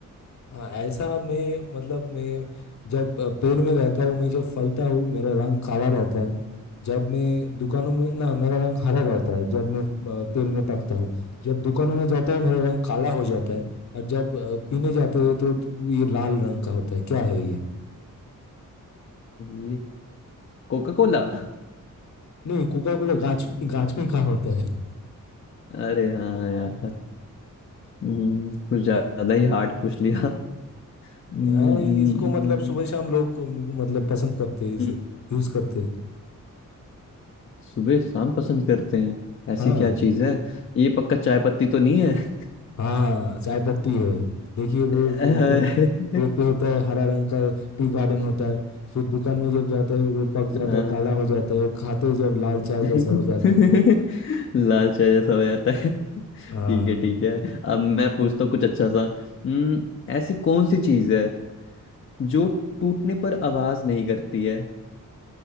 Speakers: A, on the left; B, on the left.
A: हाँ ऐसा मैं मतलब मैं जब अ, पेड़ में रहता हूँ मैं जब फलता हूँ मेरा रंग काला रहता है जब मैं दुकानों में ना मेरा रंग हरा रहता है जब मैं अ, पेड़ में पकता हूँ जब दुकानों में जाता हूँ मेरा रंग काला हो जाता है और जब अ, पीने जाते हैं तो तो ये लाल रंग का होता है क्या है ये
B: ये कोका कोला
A: नहीं कोका कोला गाछ गाछ में कहाँ होता है
B: अरे हाँ यार हम्म, कुछ ज़्यादा ही हार्ड पूछ लिया हम्म,
A: नहीं,
B: हम्म,
A: इसको मतलब सुबह शाम लोग अ, मतलब पसंद करते हैं इसे
B: हम्म,
A: यूज करते हैं
B: सुबह शाम पसंद करते हैं ऐसी
A: हाँ
B: क्या चीज है ये पक्का चाय पत्ती तो नहीं है
A: हाँ चाय पत्ती है देखिए वो
B: अ,
A: जो- जब पेड़ पे होता है हरा रंग का टी गार्डन होता है फिर दुकान में जब जाते हैं वो पक जाता
B: अ-
A: है काला हो जाता है खाते ही जब लाल चाय
B: <laughs>
A: जैसा हो जाता है
B: लाल चाय जैसा हो जाता है ठीक
A: हाँ
B: है ठीक है अब मैं पूछता हूँ कुछ अच्छा सा हम्म, ऐसी कौन सी चीज है जो टूटने पर आवाज नहीं करती है